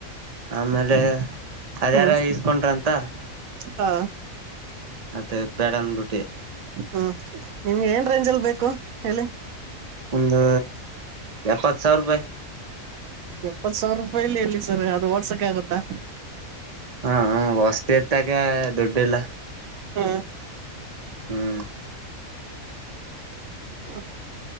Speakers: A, on the right (about 30°); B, on the right (about 80°).
A: ಆಮೇಲೆ ಅದ್ಯಾರ
B: ಹ್ಮ್
A: ಇಸ್ಕೊಂಡ್ರ ಅಂತ
B: ಹಾ
A: ಮತ್ತೆ ಬೇಡನ್ ರುಟ್ಟಿ
B: ಹ್ಮ ನಿಮ್ಗೆ ಏನ್ ರೇಂಜ್ ಅಲ್ಲಿ ಬೇಕು ಹೇಳಿ
A: ಒಂದು ಎಪ್ಪತ್ ಸಾವಿರ ರೂಪಾಯಿ
B: ಎಪ್ಪತ್ ಸಾವಿರ ರೂಪಾಯಿಲಿ ಇಲ್ಲಿ ಸರ್ ಅದು ಓಡ್ಸಕ್ ಆಗುತ್ತಾ
A: ಹಾ ಹ ವಸ್ತಿ ಇತ್ತಕ ದುಡ್ಡಿಲ್ಲ
B: ಹಾ
A: ಹ್ಮ್
B: ಹ್ಮ